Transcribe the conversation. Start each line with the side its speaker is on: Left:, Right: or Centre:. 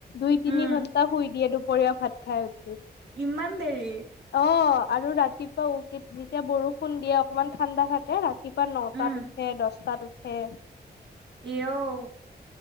Left: দুই তিনি
Right: উম
Left: ঘন্টা শুই দিয়ে দুপৰীয়া ভাত খাই উঠি।
Right: ইমান দেৰি।
Left: অ আৰু ৰাতিপুৱাও যেতিয়া বৰষুণ দিয়ে অকমান ঠাণ্ডা এ ৰাতিপুৱা নটাত
Right: উম
Left: উঠে দহটাত উঠে।
Right: ইঅও